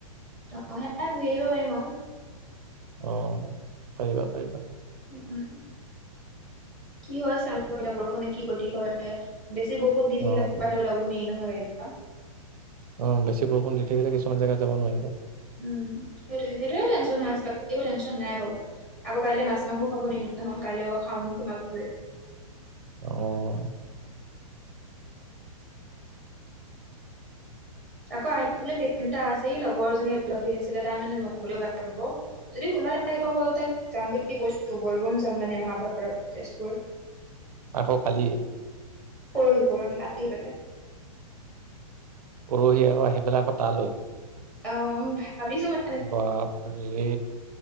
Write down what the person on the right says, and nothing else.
অ', পাৰিবা পাৰিবা।
অ
অ' বেছি বৰষুণ দি থাকিলে কিছুমান জেগাত যাব নোৱাৰিবা।
অ'।
আকৌ কালি?
পৰহি আকৌ আহি পেলাই আকৌ তালৈ?
বাপৰে